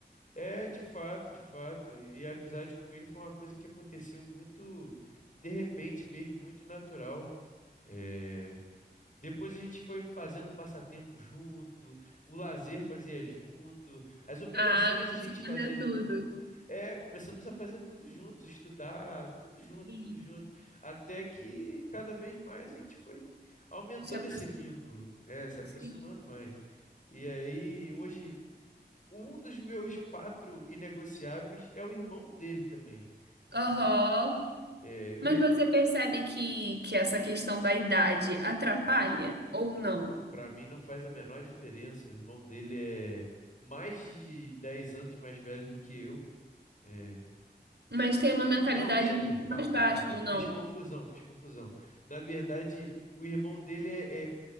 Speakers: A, on the left; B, on the right.
A: É, de fato, de fato. E e a amizade com ele foi uma coisa que aconteceu muito de repente mesmo, muito natural. É, depois a gente foi fazendo passatempo junto, o lazer fazia junto, as obrigações
B: Ah, começou
A: a gente fazia
B: a fazer tudo.
A: junto. É, começamos a fazer tudo juntos, estudar, tudo junto,
B: Sim.
A: tudo junto, até que cada vez mais a gente foi aumentando
B: Se aproximou.
A: esse vínculo, é, se aproximando
B: Sim.
A: mais. E aí, hoje, um dos meus quatro inegociáveis é o irmão dele também. A gente
B: Aham.
A: acaba- é, o
B: Mas
A: irmão
B: você percebe que, que essa questão da idade atrapalha ou
A: n-
B: não?
A: Pra mim não faz a menor diferença. O irmão dele é mais de 10 anos mais velho do que eu. É,
B: Mas tem uma mentalidade
A: Não, minto.
B: um pouco
A: Calma,
B: mais baixa
A: calma.
B: ou não?
A: Fiz confusão, fiz confusão. Na verdade, o irmão dele é é